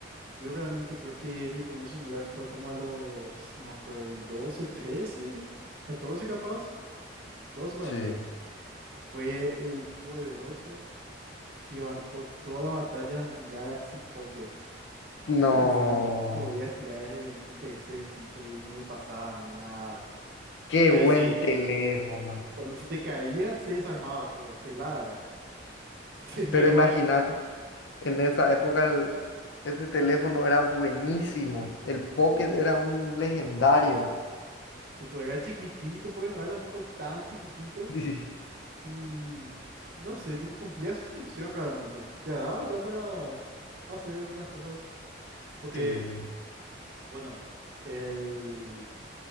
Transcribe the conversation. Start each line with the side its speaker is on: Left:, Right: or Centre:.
Right: yo realmente creo que mi primer celular fue como a los, no me acuerdo bien, doce trece catorce capaz. doce para
Left: Sí.
Right: mí que. Fue el poderoso que bancó toda la batalla, un Galaxy Pocket.
Left: No,
Right: Es decir, podías tirar desde un tercer piso y no le pasaba nada.
Left: qué
Right: Eso
Left: buen
Right: sí,
Left: teléfono.
Right: Cuando se te caía, se desarmaba todo, pelada era. <laughs> Se desarmaba,
Left: Pero imaginad, en esa época el- ese teléfono era buenísimo. El
Right: y
Left: Pocket
Right: sí.
Left: era un legendario.
Right: Tipo, era chiquitito, porque no era tampoco tan chiquitito.
Left: <laughs>
Right: Y no sé, tipo, cumplía su función realmente. Ya daba ya para hacer las cosas. Porque,
Left: Sí, sí.
Right: bueno, el,